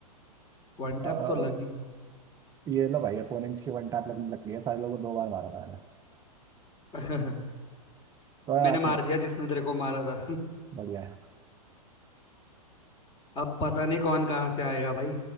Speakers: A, on the left (about 25°); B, on the right (about 15°).
A: वन टैप
B: अ,
A: तो लगी
B: ये लो भाई अपोनेंट्स की वन टैप लगने लग गई है सारे लोगों को दो बार मारा था मैंने
A: है <laughs>
B: तो कोई
A: मैंने
B: बात
A: मार
B: नहीं है
A: दिया जिसने तेरे को मारा था
B: बढ़िया है
A: <laughs> अब पता नहीं कौन कहाँ से आएगा भाई